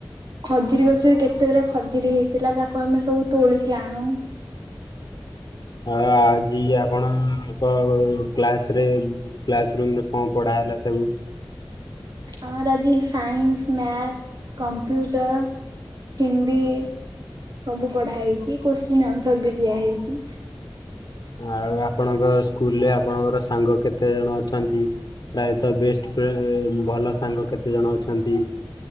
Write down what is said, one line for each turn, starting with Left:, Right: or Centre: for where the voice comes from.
Right: ଖଜୁରୀ ଗଛରେ କେତେ ଗୁରା ଖଜୁରୀ ହେଇଥିଲା ତାକୁ ଆମେ ସବୁ ତୋଳିକି ଆଣୁ।
Left: ଆ ଆଜି ଆପଣଙ୍କ କ୍ଲାସ ରେ କ୍ଲାସ ରୁମ ରେ କଣ ପଢା ହେଲା ସବୁ?
Right: ଆମର ଆଜି ସାଇନ୍ସ ମ୍ୟାଥ କମ୍ପ୍ୟୁଟର ହିନ୍ଦୀ। ସବୁ ପଢା ହେଇଛି କୋଶ୍ଚିନ୍ ଆନ୍ସର ବି ଦିଆହେଇଛି।
Left: ଆଉ ଆପଣଙ୍କ ସ୍କୁଲ ରେ ଆପଣଙ୍କର ସାଙ୍ଗ କେତେ ଜଣ ଅଛନ୍ତି? ପ୍ରାୟତଃ ବେଷ୍ଟ ଫ୍ରେ ଭଲ ସାଙ୍ଗ କେତେ ଜଣ ଅଛନ୍ତି?